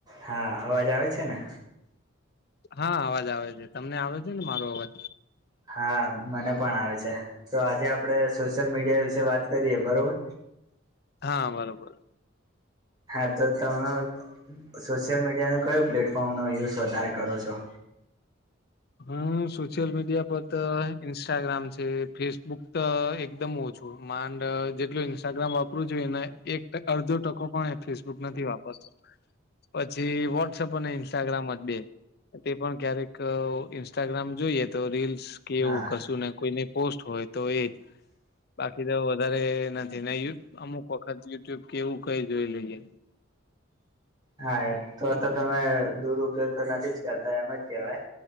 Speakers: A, on the right; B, on the left.
A: હા અવાજ આવે છે ને?
B: હા અવાજ આવે છે તમને આવે છે ને મારો અવાજ?
A: હા મને પણ આવે છે તો આજે આપડે સોશિયલ મીડિયા વિશે વાત કરીએ બરોબર
B: હા બરોબર.
A: હા તો તમે સોશિયલ મીડિયાનું કયું પ્લેટફોર્મનો યુઝ વધારે કરો છો?
B: હુ સોશિયલ મીડિયા પર તો ઇન્સ્ટાગ્રામ છે ફેસબુક તો એકદમ ઓ છું માંડ અહ જેટલું ઈન્સ્ ટાગ્રામ વાપરું જોઈએ એને એક અડધો ટકો પણ ફેસબુક નથી વાપરતો. પછી વોટ્સઅપ અને ઇન્સ્ટાગ્રામ જ બે તે પણ ક્યારે કે અહ ઇન્સ્ટાગ્રામ જોઈએ તો રીલ્સ કે
A: હા
B: કોઈની પોસ્ટ હોય તો એ બાકી તો વધારે એના તેને યુ અમુક વખત યુટ્યુબ કે એવું કઈ જોઈ લઈએ.
A: હા એ તો તો તમે દુરુપયોગ તો નથીજ કરતા એમજ કહેવાય.